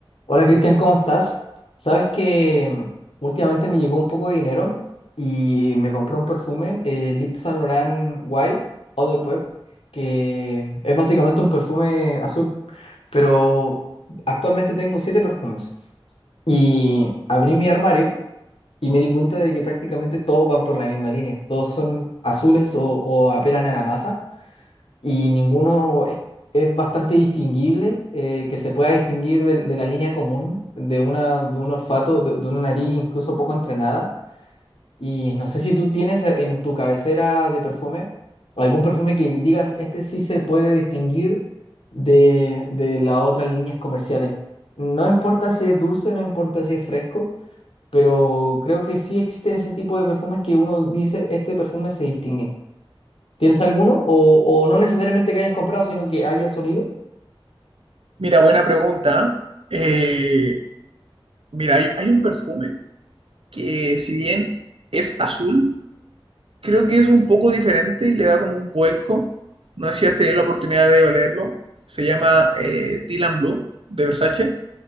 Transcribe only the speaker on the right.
Mira, buena pregunta. Eh, mira, hay, hay un perfume que si bien es azul, creo que es un poco diferente y le da como un vuelco. No sé si has tenido la oportunidad de olerlo. Se llama eh, Dylan Blue de Versace.